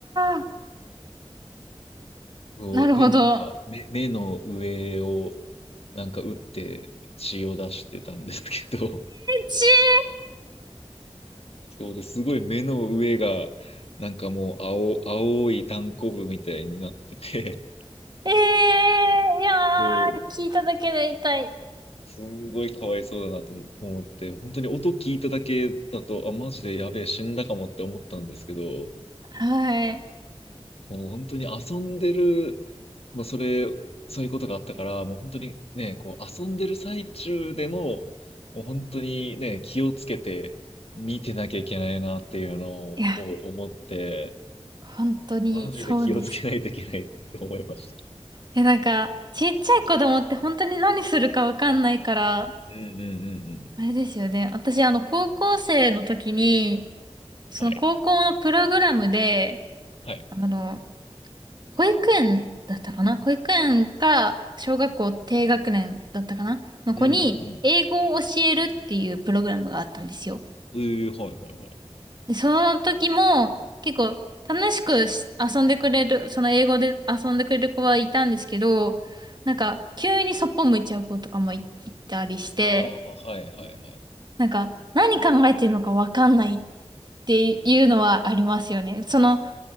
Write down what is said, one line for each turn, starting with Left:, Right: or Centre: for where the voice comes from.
Right: あ、
Left: こう、
Right: なるほど。
Left: で、なんか目、目の上を、なんか打って血を出してたんですけど、
Right: ち
Left: そうですごい目の上が、なんかもう青、青いタンコブみたいになってて、
Right: ええー、いや
Left: そう、
Right: ー、聞いただけで痛い。
Left: すんごいかわいそうだなと思って、本当に音聞いただけだと、あ、マジでやべえ、死んだかもって思ったんですけど、
Right: はい。
Left: もう本当に遊んでる、まあ、それ、そういうことがあったから、もう本当にね、こう遊んでる最中でも、もう本当にね、気をつけて見てなきゃいけないなっていうのを思って、
Right: いや本当にそうですね。
Left: マジで気をつけないといけないって思いました。
Right: え、なんか、ちっちゃい子供って本当に何するかわかんないから、
Left: うんうんうんうん。
Right: あれですよね。私、あの、高校生の時に、その高校のプログラムで、
Left: はい。はい。
Right: あの、保育園だったかな保育園か、小学校低学年だったかなの子に、
Left: うんうんうん。
Right: 英語を教えるっていうプログラムがあったんですよ。
Left: うー、はいはいはい。
Right: で、その時も結構楽しくし遊んでくれる、その英語で遊んでくれる子はいたんですけど、なんか急にそっぽ向いちゃう子とかもい、いたりして、
Left: ああ、はいはいはい。
Right: なんか何考えてるのかわかんないっていうのはありますよね。その、